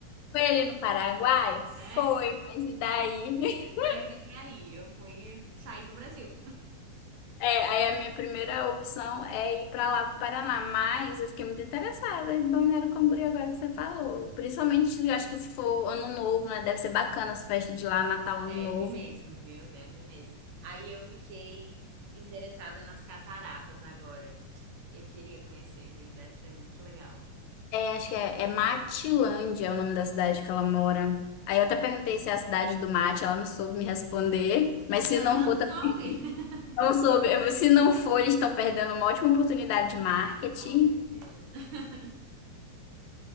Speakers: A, on the left (about 80°); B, on the right (about 70°).
A: Foi ele no Paraguai?
B: né?
A: Foi, mas e daí? <laughs>
B: <laughs> mas e daí? Eu fui sair do Brasil.
A: É, aí a minha primeira opção é ir pra lá, pro Paraná. Mas eu fiquei muito interessada em Balneário Camboriú agora que você falou. Principalmente, eu acho que se for ano novo, né? Deve ser bacana as festas de lá, Natal, ano
B: Deve
A: novo.
B: mesmo, viu? Deve mesmo. Aí eu fiquei interessada nas cataratas agora. Eu queria conhecer, viu? Deve ser muito legal.
A: É, acho que é, é Matilândia é o nome da cidade que ela mora. Aí eu até perguntei se é a cidade do mate, ela não soube me responder. Mas se
B: Ela
A: não
B: não
A: for,
B: soube.
A: também
B: <laughs>
A: não soube. Eu- Se não for, eles estão perdendo uma ótima oportunidade de marketing.
B: Com certeza. <laughs>